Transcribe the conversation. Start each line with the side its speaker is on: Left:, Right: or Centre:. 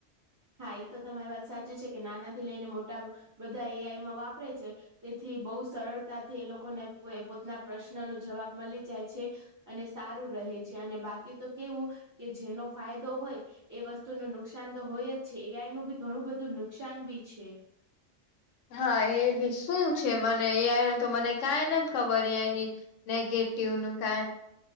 Right: હા ઈ તો તમારી વાત સાચી છે, કે નાના થી લઈને મોટી... ટાવ બધા એઆઈમાં વાપરે છે, તેથી બહુ સરળતાથી એ લોકોને... એ પોતના પ્રશ્ન નો જવાબ મલી જાય છે, અને સારું રહે છે, અને બાક.. એ તો કેવું કે જેનો ફાયદો હોય, એ વસ્તુ નો નુકસાન તો હોય જ,... જે છે. એઆઈ નું પણ ઘણું બધું નુકસાન બી છે.
Left: હા એ ભી શું છે? મને એઆઈ તો મને કાઈ નથી ખબર એઈની... નેગેટીવ નું કાઈ...